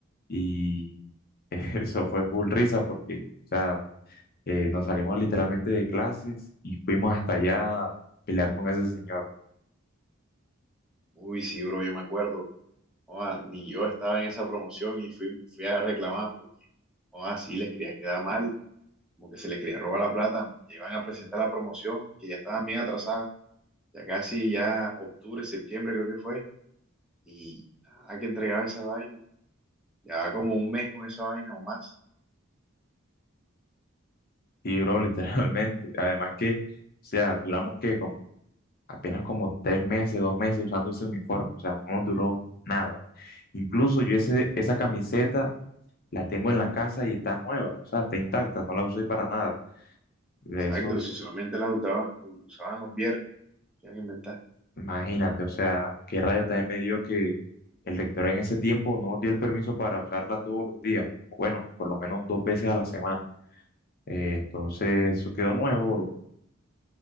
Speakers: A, on the left; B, in the centre.
A: y <laughs> eso fue full risa porque, o sea, eh, nos salimos literalmente de clases y fuimos hasta allá a pelear con ese señor.
B: Uy, sí, bro, yo me acuerdo. Joda, ni yo estaba en esa promoción y fui, fui a reclamar porque, joda, sí, les quería quedar mal, como que se les quería robar la plata. Que iban a presentar la promoción, que ya estaban bien atrasadas, ya casi ya octubre, septiembre creo que fue, y nada que entregaba esa vaina. Ya como un mes con esa vaina o más.
A: Y duró <laughs> literalmente. Además que, o sea, duramos que como apenas como tres meses, dos meses usando ese uniforme, o sea, no nos duró nada. Incluso yo ese, esa camiseta la tengo en la casa y está nueva, o sea, está intacta, no la usé para nada. De
B: Exacto,
A: eso,
B: si solamente la usaban, usaban los viernes, ¿qué han inventado?
A: imagínate, o sea, qué raya también me dio que el rector en ese tiempo no nos dio el permiso para usarla todos los días, bueno, por lo menos dos veces a la semana. Eh, entonces, eso quedó nuevo, bro.